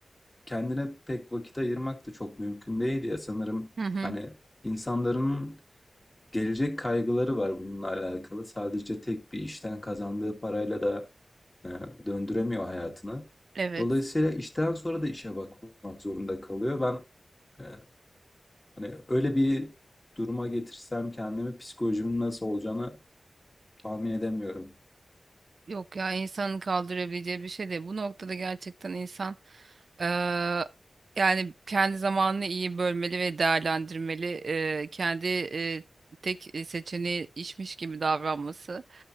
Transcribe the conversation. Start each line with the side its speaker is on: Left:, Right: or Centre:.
Left: kendine pek vakit ayırmak da çok mümkün değil ya. Sanırım
Right: Hı hı.
Left: hani insanların gelecek kaygıları var bununla alakalı. Sadece tek bir işten kazandığı parayla da e, döndüremiyor hayatını.
Right: Evet.
Left: Dolayısıyla işten sonra da işe bakmak zorunda kalıyor. Ben e, hani öyle bir duruma getirsem kendimi psikolojimin nasıl olacağını tahmin edemiyorum.
Right: Yok ya insanın kaldırabileceği bir şey değil. Bu noktada gerçekten insan eee, yani kendi zamanını iyi bölmeli ve değerlendirmeli. Eee, kendi eee, tek seçeneği işmiş gibi davranması